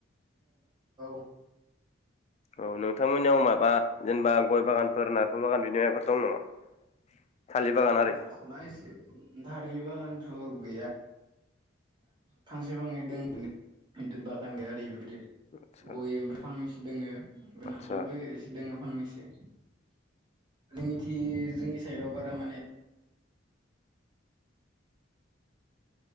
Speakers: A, on the right (about 25°); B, on the left (about 35°).
A: <unintelligible>
B: औ नोंथांमोननियाव माबा जेनेबा गय बागानफोर नारेखल बागान बिदि माबाफोर दं नामा? <inaudible> आरि
A: नारिखला‌ इसे बारि बागानथ' गैया फांसे फांनै दों खिन्थु बागान गैया ओरै इफोरबायदि।
B: आदसा
A: गय ओमफ्राय फांनैसो दङो ओमफ्राय
B: आदसा
A: नारिखलबो एसे दङ फांनैसो। जोंनिथि जोंनि साइदआव बारा माने